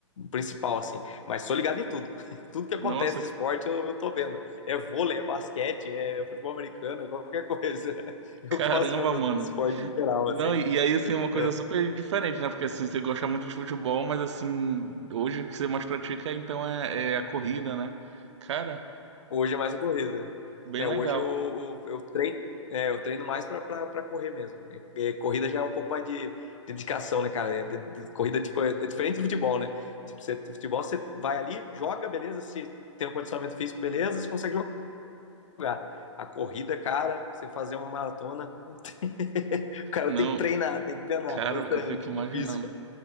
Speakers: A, on the left; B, on the right.
A: principal, assim. Mas sou ligado em tudo. <laughs> tudo que acontece
B: Nossa,
A: de esporte, eu, eu tô vendo. É vôlei, é basquete, é futebol americano, é qualquer coisa. <laughs> Eu
B: Caramba,
A: gosto do,
B: mano.
A: do esporte em geral,
B: Não,
A: assim.
B: e, e aí, assim, uma coisa
A: É.
B: super diferente, né? Porque, assim, você gosta muito de futebol, mas, assim, hoje o que você mais pratica, então, é, é a corrida, né? Cara,
A: Hoje é mais a corrida.
B: bem
A: É,
B: legal.
A: hoje eu, eu, eu treino. É, eu treino mais pra, pra, pra correr mesmo. É, é, corrida já é um pouco mais de dedicação, né, cara? É, de- de- corrida, tipo, é, é diferente do futebol, né? Tipo, você, futebol você vai ali, joga, beleza, se tem um condicionamento físico, beleza, você consegue lugar. A corrida, cara, você fazer uma maratona, não tem... <laughs> o cara
B: Não,
A: tem que treinar, tem que treinar
B: cara,
A: bastante,
B: eu fico imaginando.
A: é difícil, cara.